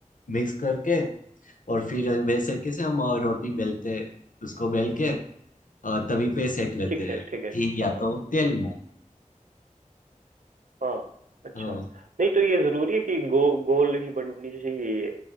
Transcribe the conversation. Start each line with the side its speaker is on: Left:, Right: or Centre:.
Left: मिक्स करके और फिर वैसे कैसे हम अ, रोटी बेलते हैं उसको बेल के और तभी पे सेक लेते
Right: ठीक है
Left: हैं
Right: ठीक है
Left: घी या
Right: हाँ हाँ
Left: तो तेल में
Right: हाँ अच्छा
Left: हाँ
Right: नहीं तो ये जरूरी है कि गो गोल ही बननी चाहिए ये